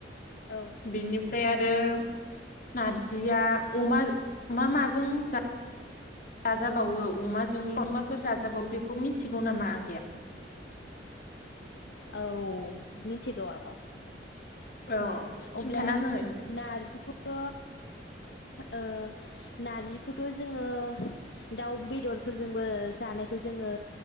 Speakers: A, on the left; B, on the left.
A: औ
B: बेनिफ्राय आ <unintelligible> नारजिया अमा मा माजों जा जाजाबावो अमाजों ल फोर जाजाबावो बेखौ मिथिगौ नामा आगैया
A: औ मिथिगौ आब'।
B: औ खिन्थाना
A: अब्ला
B: हो एसे
A: नारजिखौथ ओ नारजिखौथ' जोंङो दाउ बेदरफोरजोंबो जानायखौ जोंङो